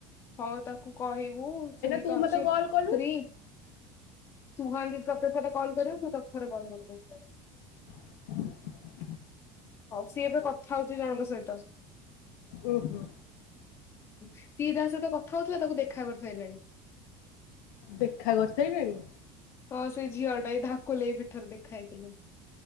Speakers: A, on the left; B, on the left.
A: ହଁ ତାକୁ କହିବୁ ଛୁରୀ
B: ତୁ
A: ତ ଅଛି
B: ମତେ କଲ୍
A: ସ୍ତ୍ରୀ।
B: କଲୁ
A: ସୁହାନ୍ତୀ ତତେ ଥରେ କଲ କରିବ। ତୁ ତାକୁ ଥରେ କଲ୍ କରିଦେ।
B: <inaudible>
A: ସିଏ ଏବେ କଥା ହଉଛି ଜଣଙ୍କ ସହିତ।
B: ଉଁ ହୁଁ।
A: ସିଏ ଯାହା ସହିତ କଥା ହଉଥିଲା ତାକୁ ଦେଖା କରି ସାରିଲାଣି।
B: ଦେଖା କରି ସାରିଲାଣି?
A: ହଁ ସେ ଝିଅ ଟା। ଧାକୁଲେଇ ପିଠରେ ଦେଖା ହେଇଥିଲେ।